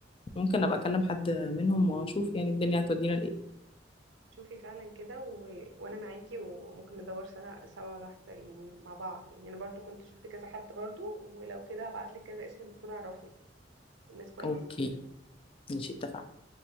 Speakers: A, on the left (about 30°); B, on the right (about 90°).
A: ممكن ابقى اكلم حد منهم واشوف يعني الدنيا هتودينا لايه
B: شوفي فعلا كده و... وانا معاكي وممكن ندور سنة سوا ولا واحدة يعني مع بعض يعني انا برضو كنت شفت كذا حد برضو ولو كده هبعتلك كذا اسم دكتور اعرفه ناس كويسة
A: اوكي ماشي اتفقنا